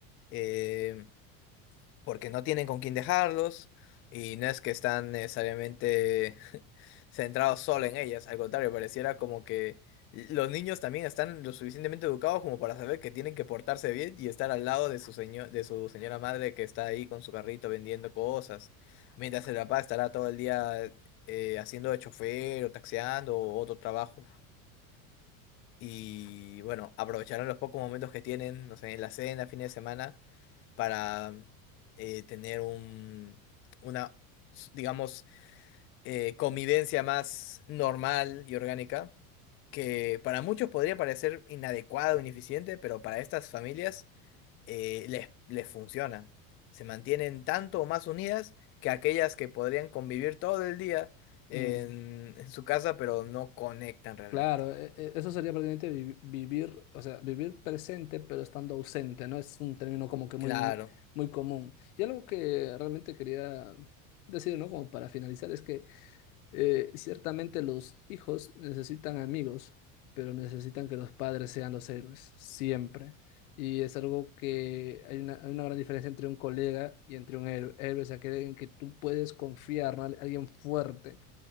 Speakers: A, on the left; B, on the left.
A: Eh, porque no tienen con quién dejarlos y no es que están necesariamente <laughs> centrados solo en ellas, al contrario, pareciera como que los niños también están lo suficientemente educados como para saber que tienen que portarse bien y estar al lado de su seño- de su señora madre que está ahí con su carrito vendiendo cosas, mientras el papá estará todo el día eh, haciendo de chofer o taxeando o otro trabajo. Y bueno, aprovecharán los pocos momentos que tienen, no sé, en la cena, fin de semana para eh, tener un, una, s- digamos, eh, convivencia más normal y orgánica, que para muchos podría parecer inadecuado, ineficiente, pero para estas familias eh, les, les funciona. Se mantienen tanto o más unidas que aquellas que podrían convivir todo el día
B: Mm,
A: en, en su casa, pero no conectan realmente.
B: claro, e- e- eso sería prácticamente vi- vivir, o sea, vivir presente pero estando ausente, ¿no? Es un término como que muy,
A: Claro.
B: muy común. Y algo que realmente quería decir, ¿no? Como para finalizar, es que Eh, ciertamente los hijos necesitan amigos, pero necesitan que los padres sean los héroes, siempre. Y es algo que hay una, hay una gran diferencia entre un colega y entre un héroe. Héroe es aquel en que tú puedes confiar, ¿no? Al- Alguien fuerte,